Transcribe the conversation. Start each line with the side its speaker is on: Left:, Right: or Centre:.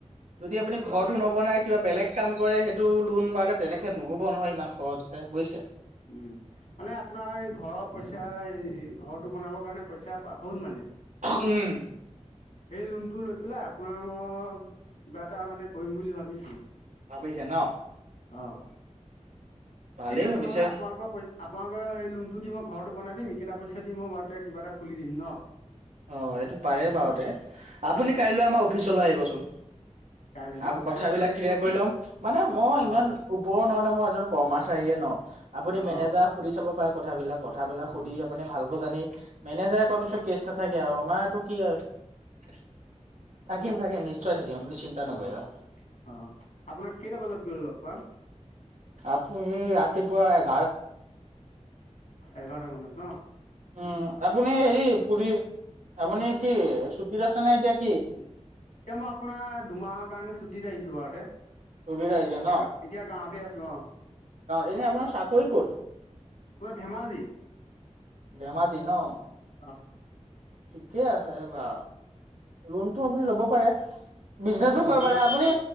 Right: যদি আপুনি ঘৰটো নবনাই কিবা বেলেগ কাম কৰে সেইটো কোন বাে তেনেকে নুহ'ব নহয় ইমান সহজতে বুজিছে।
Left: উম মানে আপোনাৰ এই ঘৰৰ পইচা এই ঘৰটো বনাব পইচা হ'ল মানে।
Right: উম
Left: সেই লোনটো লৈ পেলাই আপোনাৰ মই কিবা এটা মানে কৰিম বুলি ভাবিছোঁ।
Right: ভাবিছে ন।
Left: অঁ
Right: ভালেই
Left: ঠিক আছে
Right: ভাবিছে
Left: নহ'লে আপোনালোকৰ প আপোনালোকে সেই লোনটো দি মই ঘৰতো বনাই দিম এইকেইটা পইচা দি মই বাৰুতে কিবা এটা খুলি দিম ন।
Right: অঁ এইটো পাৰে বাৰুতে আপুনি কাইলৈ আমাৰ অফিচলৈ আহিবচোন।
Left: কাইলৈ
Right: আৰু
Left: ন কাইলৈ
Right: কথাবিলাক
Left: খোলা থাকিব
Right: ক্লিয়াৰ
Left: নহয়
Right: কৰি ল'ম মানে মই ইমান
Left: অঁ
Right: ওপৰ ন নে মই এজন কৰ্মাচাৰে ন আপুনি
Left: অঁ
Right: মেনেজাৰক
Left: অঁ
Right: সুধি চাব পাৰে কথাবিলাক কথাবিলাক সুধি
Left: অঁ
Right: আপুনি ভাল। আ জানি মেনেজাৰে কোৱাৰ পিছত কেচ নাথাকে আৰু আমাৰতটো কি আৰু থাকিম থাকিম নিশ্চয় থাকিম আপুনি চিন্তা নকৰিবা
Left: উ অ অ আপোনাৰ কেইটা বজাত গৈলও। পাত
Right: আপুনি ৰাতিপুৱা এক
Left: এঘাৰটা মানত ন।
Right: উম আপুনি হেৰি পুৰি আপুনি কি চুটিত আছে নে এতিয়া কি?
Left: এতিয়া মই আপোনাৰ দুমাহৰ কাৰণে চু ত আহিছো বাৰতে
Right: ছুটিত আহিছে
Left: এতিয়াা
Right: ন
Left: এতিয়া গাঁৱতে আছো অ
Right: এনে আপোনাৰ চাকৰি ক'ত?
Left: আপোনাৰ ধেমাজি
Right: ধেমাজি ন।
Left: অঁ।
Right: ঠিকেই আছে বা লোনতটো আপুনি ল'ব পাৰে। বিজনেচো
Left: অ
Right: কৰিব
Left: লৈ
Right: নাৰে
Left: ল'ম
Right: আপুনি